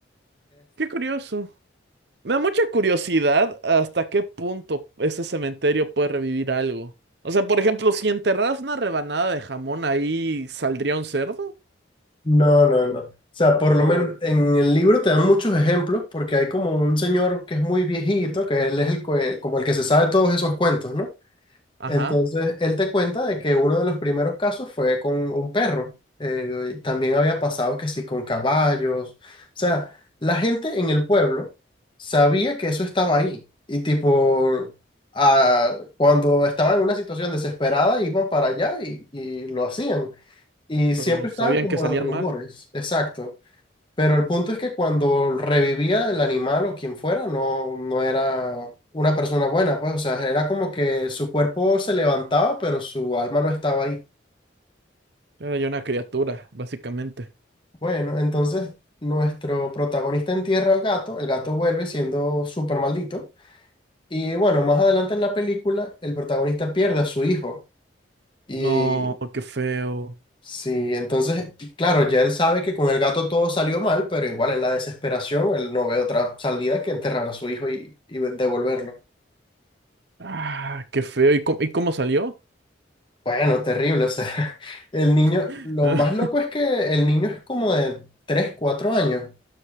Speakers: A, on the right; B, on the left.
A: Qué curioso. Me da mucha curiosidad hasta qué punto ese cementerio puede revivir algo. O sea, por ejemplo, si enterraras una rebanada de jamón ahí, ¿saldría un cerdo?
B: No, no, no. O sea, por lo
A: O,
B: menos en el libro te dan muchos ejemplos porque hay como un señor que es muy viejito, que él es el, que- como el que se sabe todos esos cuentos, ¿no?
A: ajá,
B: Entonces, él te cuenta de que uno de los primeros casos fue con un perro. Eh, y también había pasado que sí, con caballos. O sea, la gente en el pueblo sabía que eso estaba ahí. Y tipo, ah, cuando estaban en una situación desesperada, iban para allá y, y lo hacían. Y siempre
A: pero sabían
B: estaban como
A: que salían
B: los rumores,
A: mal.
B: exacto. Pero el punto es que cuando revivía el animal o quien fuera, no, no era una persona buena, pues, o sea, era como que su cuerpo se levantaba, pero su alma no estaba ahí.
A: Era ya una criatura, básicamente.
B: Bueno, entonces nuestro protagonista entierra al gato, el gato vuelve siendo súper maldito. Y bueno, más adelante en la película, el protagonista pierde a su hijo. y
A: No, qué feo.
B: Sí, entonces, y claro, ya él sabe que con el gato todo salió mal, pero igual en la desesperación él no ve otra salida que enterrar a su hijo y, y devolverlo.
A: Ah, qué feo. ¿Y cómo, y cómo salió?
B: Bueno, terrible, o sea, <laughs> el niño,
A: <laughs>
B: lo más loco es que el niño es como de 3, 4 años,